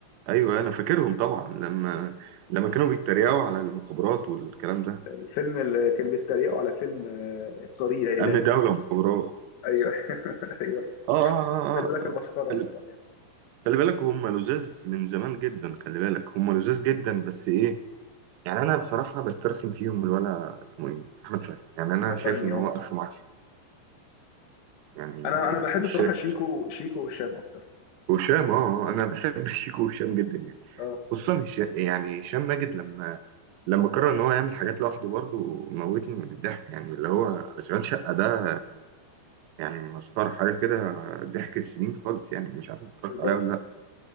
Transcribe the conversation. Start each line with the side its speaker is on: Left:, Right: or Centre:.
Right: ايوه انا فاكرهم طبعا لما لما كانوا بيتريقوا على المخابرات والكلام ده
Left: الفيلم اللي كان بيتريقوا على فيلم آه، طريق الى
Right: امن دوله ومخابرات
Left: ايوه <laughs> ايوه
Right: اه اه اه
Left: خلي بالك
Right: آه.
Left: البسخره
Right: خلي
Left: اصلا يعني
Right: خلي بالك هم لزاز من زمان جدا خلي بالك هم لزاز جدا بس ايه يعني انا بصراحه بسترخم فيهم الولا اسمه ايه احمد فهمي يعني انا
Left: احمد
Right: شايف
Left: فهمي
Right: ان
Left: اه
Right: هو الف معافيه يعني
Left: انا انا بحب
Right: مش
Left: صراحه
Right: شايف
Left: شيكو شيكو وهشام اكتر
Right: هشام اه آه، انا بحب <laughs> شيكو وهشام جدا يعني
Left: اه
Right: خصوصا هشام يعني هشام ماجد لما لما قرر ان هو يعمل حاجات لوحده برضه موتني من الضحك يعني اللي هو اشغال شقه ده يعني مسخره حاجه كده ضحك السنين خالص يعني مش عارف انت اتفرجت
Left: بالظبط
Right: عليها ولا لا